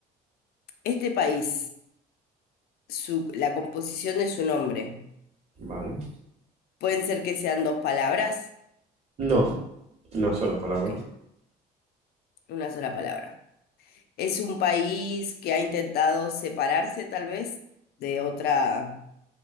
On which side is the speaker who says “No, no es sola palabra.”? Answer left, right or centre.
Right